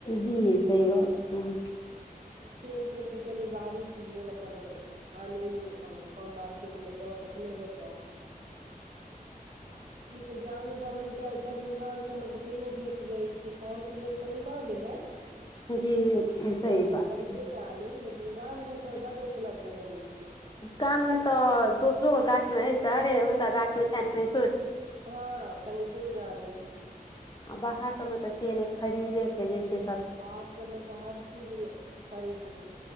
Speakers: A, on the left; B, on the right.
A: जी सही गप छै
B: सेब तेब ते चलु बाहरी चीज भेल अपन आनु अपन खाउ मार र्केटमे जाउ तखने भेटत। आ ईसब जामुन तामुन तऽ चलू गाम सबमे तऽ तैयो भेट जाइत छैय। शहर के लेल तऽ ओहिना भेलै सबटा
A: जी सही
B: चीज
A: बात
B: खरीदे
A: छै
B: के आनू लेकिन गाम में तऽ बड उपलब्ध रहै छैय।
A: गाम मे तऽ दोसरो के गाछ मे अछि अरे हुनका गाछ मे छैनि क
B: हँ कनि तोड़ि आनु
A: आ बाहर सभमे तऽ से नहि खरीदेके जे छैय से
B: बाहर सभमे तऽ हर चीज खरीदू।